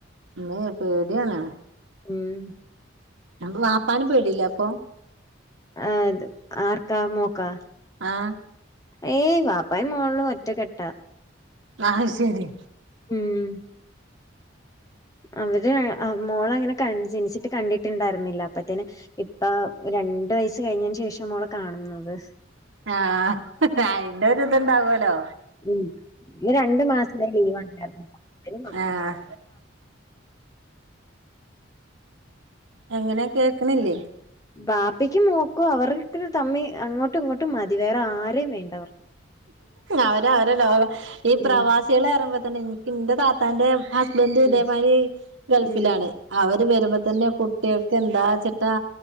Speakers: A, on the right; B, on the left.
A: ഇമ്മേ പേട്യാണ്.
B: ഉം.
A: <unintelligible> വാപ്പാനെ പേടില്ലേ അപ്പൊ?
B: ഏത് ആർക്കാ മോക്കാ?
A: ആഹ്.
B: ഏയ് വാപ്പായും മോളും ഒറ്റ കെട്ടാ
A: ആഹ് ശരി.
B: ഉം അവര് അ മോളങ്ങനെ ക ജനിച്ചിട്ട് കണ്ടിട്ടുണ്ടായിര്ന്നില്ല. മറ്റേനെ ഇപ്പ രണ്ട് വയസ്സ് കഴിഞ്ഞതിന് ശേഷം മോളെ കാണുന്നത്.
A: ആഹ് അയിന്റൊരുത്ണ്ടാവോ ല്ലോ.
B: ഉം ഈ രണ്ട് മാസത്തെ ലീവാണ്ടായിരുന്നൊള്ളു അപ്പ ഞാൻ വന്ന്
A: ആഹ് എങ്ങനെ കേക്ക്ണില്ലേ
B: ബാപ്പക്ക് മോക്കും അവർക്കു തമ്മി അങ്ങോട്ടും ഇങ്ങോട്ടും മതിവേറെ ആരേ വേണ്ടവർ-
A: അവര് അവരെ ലോകം ഈ പ്രവാസികൾ
B: ഉം
A: അറിമ്പത്തന്നെ ഇൻക്ക് എന്റെ താത്താന്റെ ഹസ്ബന്റും ഇതേമാരി
B: ഉം
A: ഗൾഫിലാണ്.
B: ഉം
A: അവര് വരുമ്പോ തന്നെ കുട്ടികൾക്ക് എന്താ വച്ചിട്ടാ.